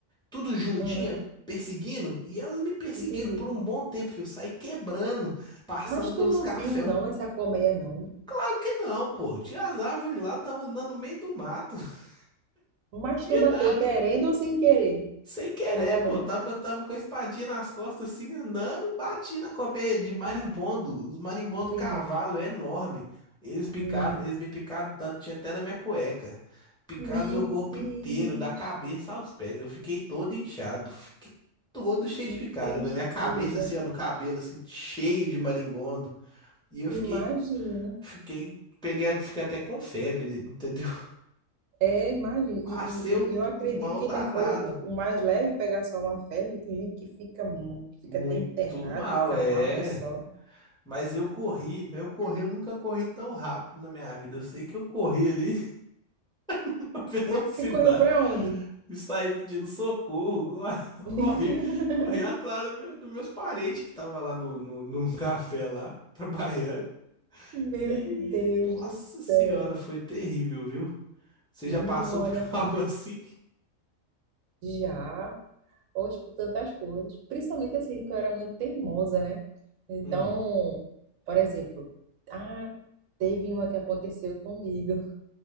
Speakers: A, in the centre; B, on the right.
A: tudo juntinha,
B: Aham,
A: perseguindo. E elas me perseguiram
B: entendi.
A: por um bom tempo, fi. Eu saí quebrando, passando
B: Mas tu
A: pelos
B: não
A: cafés.
B: viu, não, essa colmeia, não?
A: Claro que não, pô. Tinha as árvores lá, tava andando no meio do mato. <laughs>
B: Mas
A: De
B: tu bateu
A: nada.
B: querendo ou sem querer
A: Sem querer,
B: na colmeia?
A: pô. Tava, tava com a espadinha nas costas, assim, andando, bati na cobra de marimbondo.
B: Ah,
A: Os marimbondo
B: entendi.
A: cavalo, é enorme. Eles picaram,
B: Meu,
A: eles me picaram tanto, tinha até na minha cueca. Picaram
B: meu
A: meu corpo
B: Deus.
A: inteiro, da cabeça aos pés. Eu fiquei todo inchado. Fiquei todo cheio
B: Que
A: de picada.
B: tristeza.
A: Na minha cabeça, assim, ó, no cabelo, assim, cheio de marimbondo. E eu fiquei,
B: Imagina.
A: fiquei, peguei, a- fiquei até com febre, entendeu?
B: É, imagina.
A: <laughs> Passei
B: E,
A: um,
B: e- e eu acredito
A: um mal
B: que
A: danado.
B: ainda foi o, o mais leve pegar só uma febre. Tem gente que fica muito, fica
A: Muito
B: até internado,
A: mal,
B: fica
A: é.
B: mal que só.
A: Mas eu corri, mas eu corri, eu nunca corri tão rápido na minha vida. Eu sei que eu corri ali <laughs> a velocidade
B: Você correu para onde?
A: e saí pedindo socorro. <laughs> Eu corri,
B: Meu Deus,
A: corri
B: <laughs>
A: atrás do meu- dos meus parentes que estavam lá no, no, num <laughs> café lá, trabalhando.
B: meu
A: E,
B: Deus
A: nossa
B: do céu.
A: senhora, foi terrível, viu? Você
B: Que
A: já passou
B: memória
A: por <laughs>
B: boa.
A: algo assim?
B: Já, hoje por tantas coisas. Principalmente assim, que eu era muito teimosa, né? Então,
A: Hum,
B: por exemplo, ah, teve uma que aconteceu comigo